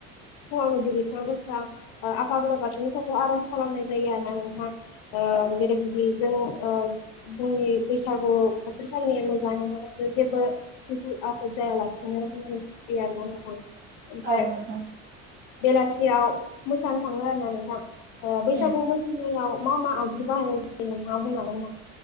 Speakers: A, on the left; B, on the right.
A: फुङावनो दुगैस्रां बोस्रां ओ आफा बोराबाथनि नथाखाय आर'ज खालामनाय जायो ओरोना नोंथा ओ
B: औ
A: जेरैबायदि जों ओ जोंनि बैसागु बोथोर फालिनाया मोजां <unintelligible> जेबो <unintelligible> आफद जायालासिनो <unintelligible> <unintelligible> ना नोंथां ओमफ्राय
B: औ नोंथां
A: बेलासियाव मोसानो थाङो आरो ना नोंथां ओ बैसागु
B: उम
A: मोसानायाव मा मा आगजु बाहायनाय जायो नोंथाङा बुंनो <unintelligible>